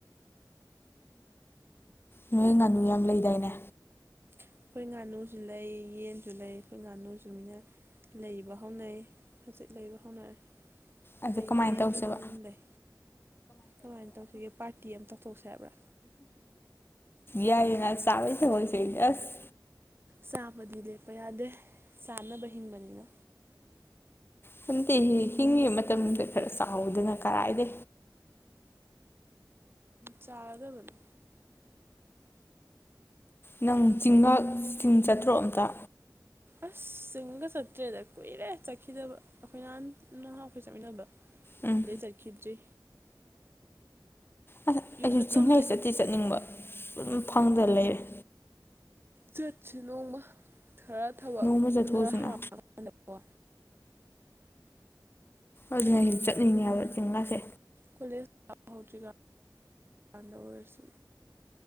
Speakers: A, on the left; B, on the right.
A: ꯅꯣꯏ ꯉꯥꯅꯨ ꯌꯥꯝ ꯂꯩꯗꯥꯏꯅꯦ
B: ꯑꯩꯈꯣꯏ ꯉꯥꯅꯨꯁꯨ ꯂꯩ ꯌꯦꯟꯁꯨ ꯂꯩ ꯑꯩꯈꯣꯏ ꯉꯥꯅꯨꯁꯨ ꯃꯤꯅ ꯂꯩꯕ ꯍꯧꯅꯩ ꯍꯧꯖꯤꯛ ꯂꯩꯕ ꯍꯧꯅꯔꯦ
A: ꯑꯗꯨ
B: ꯂꯩ
A: ꯀꯃꯥꯏꯅ
B: ꯌꯦꯟꯖꯨ
A: ꯇꯧꯁꯦꯕ
B: ꯑꯗꯨꯝ ꯂꯩ ꯀꯃꯥꯏꯅ ꯇꯧꯁꯤꯒꯦ ꯄꯥꯔꯇꯤ ꯑꯃ ꯇꯧꯊꯣꯛꯁꯦ ꯍꯥꯏꯕ꯭ꯔꯥ
A: ꯌꯥꯏꯌꯦ ꯆꯥꯕꯩ ꯊꯕꯛꯁꯦ ꯑꯁ
B: ꯆꯥꯕꯗꯤ ꯂꯦꯞꯄ ꯌꯥꯗꯦ ꯆꯥꯅꯕ ꯍꯤꯡꯕꯅꯤꯅ
A: ꯈꯪꯇꯤꯍꯦ ꯍꯤꯡꯏ ꯃꯇꯝꯗ ꯈꯔ ꯆꯥꯎꯗꯅ ꯀꯔꯥꯏꯗ
B: ꯆꯥꯔꯗꯕꯅꯤ
A: ꯅꯪ ꯆꯤꯡꯃꯛ ꯆꯤꯡ ꯆꯥꯠꯇ꯭ꯔꯣ ꯑꯝꯇ
B: ꯑꯁ ꯆꯤꯡꯒ ꯆꯠꯇ꯭ꯔꯦꯗ ꯀꯨꯏꯔꯦ ꯆꯠꯈꯤꯗꯕ ꯑꯩꯈꯣꯏ ꯅꯍꯥꯟ ꯅꯍꯥꯟ ꯑꯩꯈꯣꯏ ꯆꯠꯃꯤꯟꯅꯕ
A: ꯎꯝ
B: ꯑꯗꯩ ꯆꯠꯈ꯭ꯔꯤꯗ꯭ꯔꯤ
A: ꯑ
B: ꯌꯨꯝꯗ
A: ꯑꯩꯁꯨ
B: ꯑꯗꯨꯝ
A: ꯆꯤꯡꯂꯩ
B: ꯂꯩ
A: ꯆꯠꯇꯤ ꯆꯠꯅꯤꯡꯕ ꯑꯗꯨꯝ ꯐꯪꯗꯅ ꯂꯩꯔꯦ
B: ꯆꯠꯁꯤ ꯅꯣꯡꯃ ꯈꯔ ꯊꯕꯛ
A: ꯅꯣꯡꯃ ꯆꯠꯊꯣꯛꯎꯁꯤꯅ
B: ꯈꯔ ꯍꯥꯡꯉꯀꯥꯟꯗꯀꯣ
A: ꯑꯗꯨꯅ ꯑꯩ ꯆꯠꯅꯤꯡꯉꯦꯕ ꯍꯥꯏꯕ ꯆꯦꯡꯡꯂꯥꯁꯦ
B: ꯀꯣꯂꯦꯁ ꯀꯥꯕ ꯍꯧꯗ꯭ꯔꯤ ꯀꯥꯟꯗ ꯑꯣꯏꯔꯁꯨ